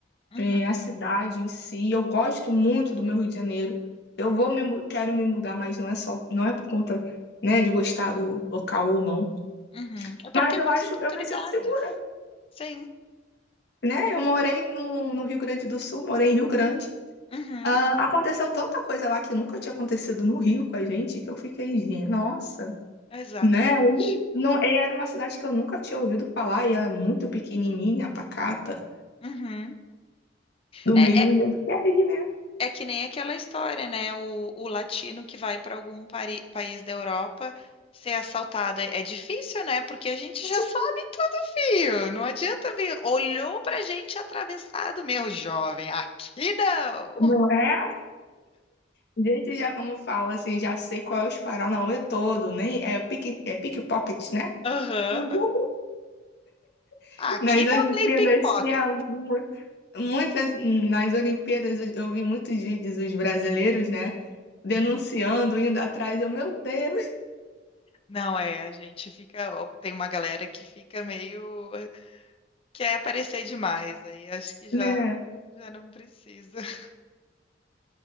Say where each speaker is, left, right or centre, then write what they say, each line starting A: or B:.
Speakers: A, on the left; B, on the left.
A: Uhum,
B: é, a cidade em si, eu gosto muito do meu Rio de Janeiro. Eu vou me mu- quero me mudar, mas não é só, não é por conta, né, de gostar do local ou não.
A: uhum. É para
B: Mas
A: ter
B: eu
A: mais
B: acho,
A: oportunidades.
B: eu me sinto segura,
A: Sim.
B: né? Eu morei no, no Rio Grande do Sul, morei em Rio Grande.
A: Uhum,
B: Ah, aconteceu tanta coisa lá que nunca tinha acontecido no Rio com a gente que eu fiquei, "Gen- nossa.
A: exatamente.
B: né? E Não, e era uma cidade que eu nunca tinha ouvido falar, e era muito pequenininha, pacata,
A: Uhum.
B: do
A: É,
B: mesmo jeito que é aí, né?
A: É que nem aquela história, né? O, o latino que vai para algum pari- país da Europa ser assaltado. É, é difícil, né? Porque a gente
B: Sim,
A: já sabe tudo, fio. Não adianta vir. Olhou pra gente atravessado, meu jovem. Aqui não.
B: não é? gente já como fala, assim, já sei qual é os Paranauê todo, nem é pique, é pickpocket, né?
A: Aham.
B: Não vou- <laughs>
A: Aqui
B: Nas Olimpíadas
A: não tem pickpocket.
B: tinha mu- muitas, nas Olimpíadas eu eu vi muitos vídeos dos brasileiros, né, denunciando, indo atrás, eu, meu Deus,
A: Não é, a gente fica. ó, Tem uma galera que fica meio. Quer aparecer demais. Aí acho
B: <laughs>
A: que já,
B: né?
A: já não precisa. <laughs>